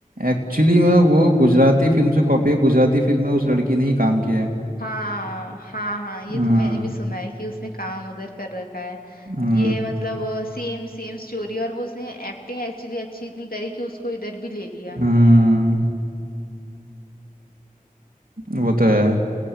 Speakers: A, on the right; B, on the left.
A: एक्चुअली में वो गुजराती फिल्म से कॉपी है गुजराती फिल्म में उस लड़की ने ही काम किया है
B: हाँ हाँ हाँ ये
A: हम्म
B: तो मैंने भी सुना है कि उसने काम उधर कर रखा है
A: हम्म
B: ये मतलब सेम सेम स्टोरी और वो उसने एक्टिंग एक्चुअली अच्छी इतनी करी कि उसको इधर भी ले लिया
A: हम्म, वो तो है